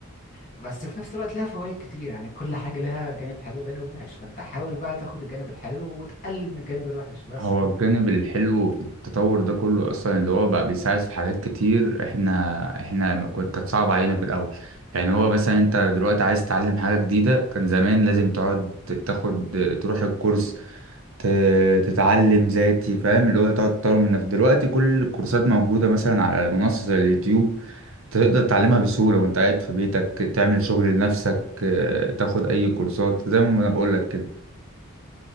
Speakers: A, on the left (about 35°); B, on the right (about 65°).
A: بس في نفس الوقت لها فوائد كتير يعني كل حاجة لها جانب حلو وجانب وحش فانت حاول بقى تاخد الجانب الحلو وتقلل من الجانب الوحش بس
B: هو الجانب الحلو في التطور ده كله اصلا اللي هو بقى بيساعد في حاجات كتير احنا احنا ما كن- كانت صعبه علينا في الاول يعني هو مثلا انت دلوقتي عايز تتعلم حاجه جديده كان زمان لازم تقعد ت- تاخد تروح الكورس ت... تتعلم ذاتي فاهم اللي هو تقعد تطور من نفسك دلوقتي كل الكورسات موجوده مثلا على منصه زي اليوتيوب تقدر تتعلمها بسهولة وانت قاعد في بيتك تعمل شغل لنفسك آه، تاخد اي كورسات زي ما انا بقول لك كده